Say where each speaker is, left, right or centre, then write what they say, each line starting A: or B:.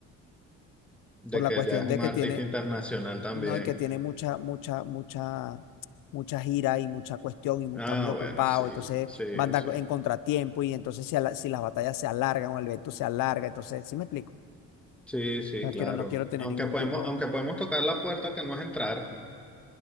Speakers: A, on the left; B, in the centre.
A: por
B: De
A: la
B: que
A: cuestión
B: ya es
A: de
B: un
A: que
B: artista
A: tiene,
B: internacional también.
A: no, y que tiene mucha, mucha, mucha, mucha gira y mucha cuestión y mu-
B: Ah,
A: está muy ocupado,
B: bueno, sí,
A: entonces
B: sí,
A: va a andar
B: sí.
A: en contratiempo y entonces si, a la- si las batallas se alargan o el evento se alarga, entonces, ¿sí me explico?
B: Sí, sí,
A: No
B: claro.
A: quiero, no quiero tener
B: Aunque
A: ningún
B: podemos,
A: tipo.
B: aunque podemos tocar la puerta que no es entrar.